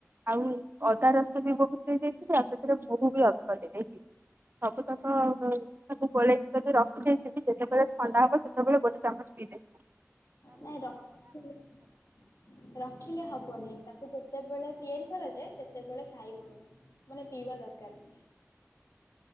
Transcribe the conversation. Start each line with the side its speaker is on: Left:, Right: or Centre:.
Right: ଆଉ ଅଦା ରସ ବି ବହୁତ ଦେଇଯାଇଥିଲ ଆଉ ସେଥିରେ ମହୁ ବି ଅଧିକ ଦେଇ ଦେଇଥିଲି। ସବୁ ତକ ତାକୁ ଗୋଳେଇକି ଯଦି ରଖି ଦେଇଥିବି ସେତେବେଳେ ଥଣ୍ଡା ହବ ସେ ସବୁବେଳେ ଗୋଟ ଚାମଚ ପିଇ ଦେବି।
Left: ନାଇଁ <unintelligible> ରଖିଲେ ହବନି ତାକୁ ଯେତେବେଳେ ତିଆରି କରାଯାଏ ସେତେବେଳେ ଖାଇବ। ମାନେ ପିଇବା ଦରକାର।